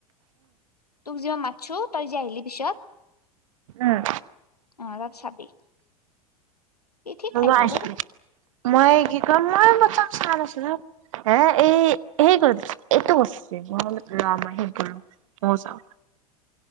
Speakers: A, on the left (about 85°); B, on the right (about 55°).
A: তোক যি মাতছো তই যে আহিলি পিছত।
B: উম
A: অ তাত চাবি ই ঠিক
B: অ
A: আহিবও
B: মই আইছলো,
A: পাৰে
B: মই কি কম মই পথম চা নাছলো ন। হে এই হেই কৰি এইটো কৰছে ম ৰ মই সেই কৰো। অ যাও।